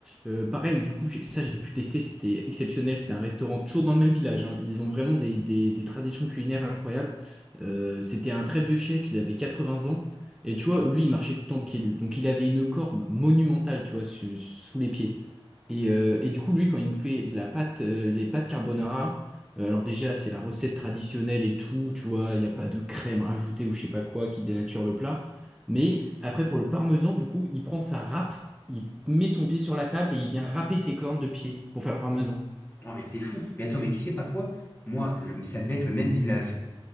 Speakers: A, in the centre; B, on the left.
A: euh, pareil, du coup, j'ai- ça j'ai pu tester, c'était exceptionnel. C'est un restaurant toujours dans le même village, hein. Ils ont vraiment des, des- des traditions culinaires incroyables. Euh, c'était un très vieux chef, il avait 80 ans. Et tu vois, lui, il marchait tout le temps pieds nus. Donc il avait une corne monumentale, tu vois, su- sous les pieds. Et, euh, et du coup, lui, quand il nous fait la pâte, euh, les pâtes carbonara, euh, alors déjà, c'est la recette traditionnelle et tout, tu vois, il n'y a pas de crème rajoutée ou je sais pas quoi qui dénature le plat. Mais après, pour le parmesan, du coup, il prend sa râpe, il met son pied sur la table et il vient râper ses cornes de pied pour faire le parmesan.
B: Non, mais c'est fou. Mais attends, mais tu sais pas quoi? Moi, je- mais ça devait être le même village.